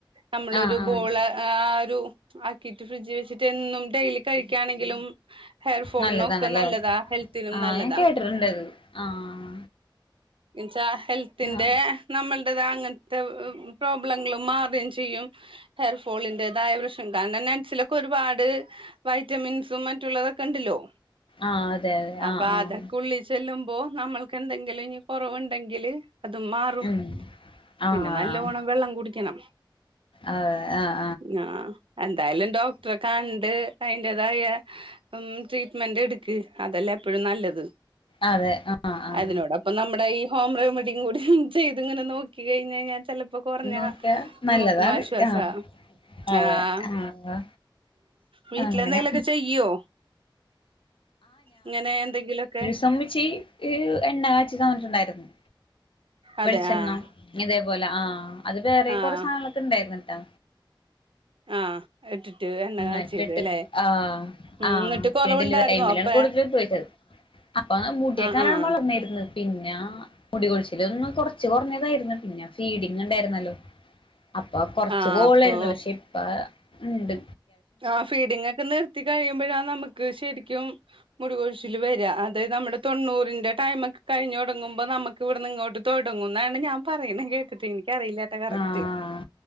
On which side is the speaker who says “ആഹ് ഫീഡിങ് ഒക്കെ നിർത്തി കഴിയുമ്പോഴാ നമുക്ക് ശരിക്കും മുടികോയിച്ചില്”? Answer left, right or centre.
Right